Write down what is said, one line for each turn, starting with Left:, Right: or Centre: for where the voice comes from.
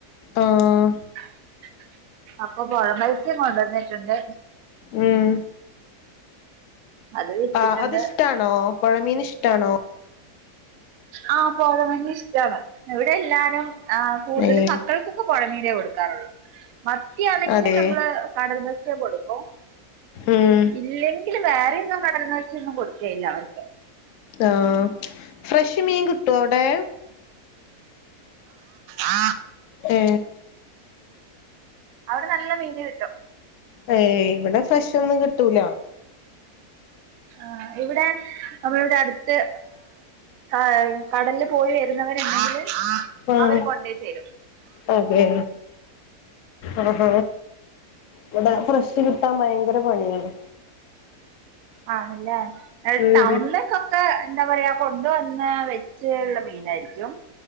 Left: ആഹ്
Right: <inaudible> അപ്പൊ പുഴമത്സ്യം കൊണ്ടുവന്നിട്ടുണ്ട്.
Left: ഉം
Right: അത് വെച്ചിട്ടുണ്ട്
Left: ആ അതിഷ്ടാണോ? പുഴമീൻ ഇഷ്ടാണോ?
Right: ആ പുഴമീൻ ഇഷ്ടാണ്. ഇവിടെ എല്ലാരും ആ കൂടുതലും
Left: ഏഹ്
Right: മക്കൾക്കൊക്കെ പുഴമീനെ കൊടുക്കാറുള്ളൂ മത്തിയാണെങ്കില്
Left: അതെ
Right: നമ്മള് കടൽ മത്സ്യം കൊടുക്കും
Left: ഉം
Right: ഇല്ലെ ഇല്ല വേറെയൊന്നും കടലീന്ന് വച്ചൊന്നും കൊടുക്കയില്ല അവർക്ക്
Left: ആ ഫ്രഷ് മീൻ കിട്ടുവോ അവിടെ?
Right: ആ
Left: ഏ
Right: അവിടെ നല്ല മീന് കിട്ടും
Left: ഏയ് ഇവിടെ ഫ്രഷ് ഒന്നും കിട്ടൂല?
Right: ആ ഇവിടെഡാ നമ്മളിവുടടുത്ത് ഹ കടലിൽ പോയി വരുന്നവരെണ്ടെങ്കില്
Left: ആഹ്
Right: അവര് കൊണ്ടേയി തരും
Left: അതെ ആഹഹ ഇവിടെ ഫ്രഷ് കി പ്പം ഭയങ്കരപണിയാണ്.
Right: ആണല്ലേ അത്
Left: ഉം
Right: ടൗണിലേക്കെ ക്കാ എന്താ പറയാ കൊണ്ടുവന്ന് വെച്ചുള്ള മീന് ആയിരിക്കും